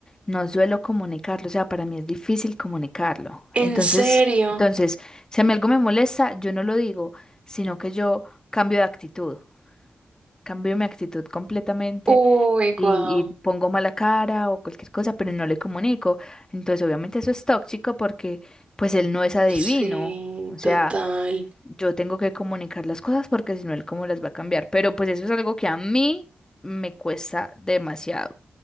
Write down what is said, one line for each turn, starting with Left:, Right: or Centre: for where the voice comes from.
Left: no suelo comunicarlo, o sea, para mí es difícil comunicarlo.
Right: ¿En
Left: Entonces,
Right: serio?
Left: entonces, si a mí algo me molesta, yo no lo digo, sino que yo cambio de actitud. Cambio mi actitud completamente
Right: Uy,
Left: y,
Right: guau.
Left: y pongo mala cara o cualquier cosa, pero no le comunico. Entonces, obviamente eso es tóxico porque pues él no es adivino.
Right: Sí,
Left: O sea,
Right: total.
Left: yo tengo que comunicar las cosas porque si no, él cómo las va a cambiar. Pero pues eso es algo que a mí me cuesta demasiado,